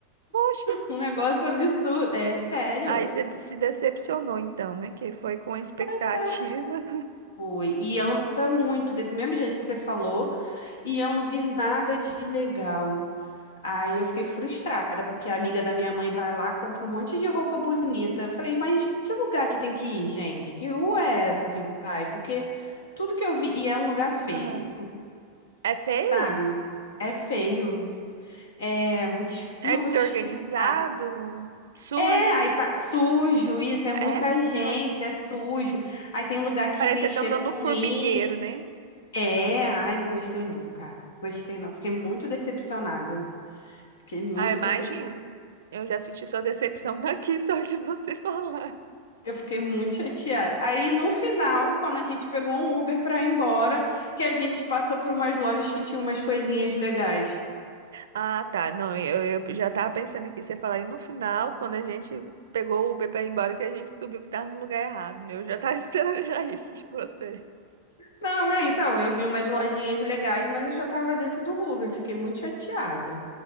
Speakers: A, on the right; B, on the left.
A: Oxe.
B: Um negócio absurdo. É sério?
A: Aí você de- se decepcionou, então, né? Que foi com a expectativa.
B: Pois é. Fui. E anda muito, desse mesmo jeito que você falou. E eu não vi nada de legal. Aí eu fiquei frustrada, porque a amiga da minha mãe vai lá, compra um monte de roupa bonita. Eu falei, mas que lugar que tem que ir, gente? Que rua é essa que vai? Porque tudo que eu vi, e é um lugar feio,
A: Aham. É feio?
B: sabe? É feio. É, vou te,
A: É
B: como eu
A: desorganizado?
B: vou te explicar?
A: Sujo?
B: É, aí pa- sujo isso, é muita
A: É, cara,
B: gente,
A: gosta.
B: é sujo. Aí tem lugar que
A: Parece
B: tem
A: que você
B: cheiro
A: tá andando
B: ruim.
A: no formigueiro, né?
B: É, ai, não gostei não, cara. Gostei não. Fiquei muito decepcionada. Fiquei muito
A: Ah, eu imagino.
B: decep...
A: Eu já senti sua decepção <laughs> daqui, só de você falar.
B: Eu fiquei muito chateada. Aí no final, quando a gente pegou um Uber pra ir embora, que a gente passou por umas lojas que tinham umas coisinhas legais.
A: Ah, tá. Não, eu, eu já tava pensando aqui, você falar, e no final, quando a gente pegou o Uber pra ir embora, que a gente descobriu que tava no lugar errado, né? Eu já tava <laughs> esperando já isso de você.
B: Não, é, então,
A: Ah,
B: eu vi umas lojinhas legais, mas eu já tava dentro do Uber. Fiquei muito chateada.